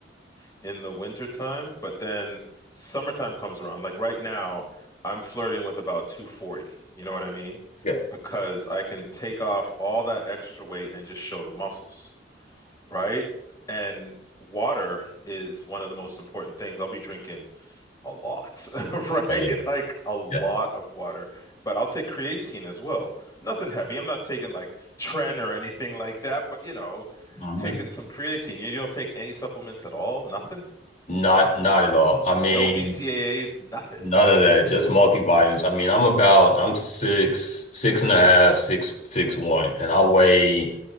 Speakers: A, on the left; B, on the left.
A: in the winter time, but then summertime comes around. Like right now, I'm flirting with about two forty. You know what I mean?
B: Yeah.
A: because I can take off all that extra weight and just show the muscles, right? And water is one of the most important things. I'll be drinking a lot, <laughs> right?
B: Oh yeah.
A: Like a lot
B: Yeah.
A: of water. But I'll take creatine as well. Nothing heavy. I'm not taking like Tren or anything like that, but you know,
B: Yeah.
A: taking some creatine. You, you don't take any supplements at all? Nothing?
B: Not not at all. I mean,
A: No BCAAs? Nothing.
B: none of that. Just multi-volumes. I mean, I'm about I'm six, six and a half, six, six one, and I weigh